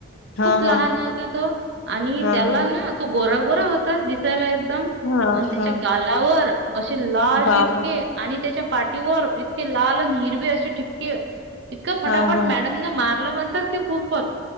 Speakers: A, on the left; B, on the right.
A: हां,
B: खूप लहान
A: हां.
B: होता तो आणि
A: हां,
B: त्याला
A: हां.
B: ना तो गोरा गोरा होता दिसायला एकदम.
A: हां,
B: आणि त्याच्या
A: हां.
B: गालावर अशे लाल
A: बापरे!
B: ठिपके. आणि त्याच्या पाठीवर इतके लाल आन हिरवे अशे ठिपके इतक फटाफट
A: हां, हां.
B: मॅडम <unintelligible> मॅडमन मारलं म्हणतात की खूप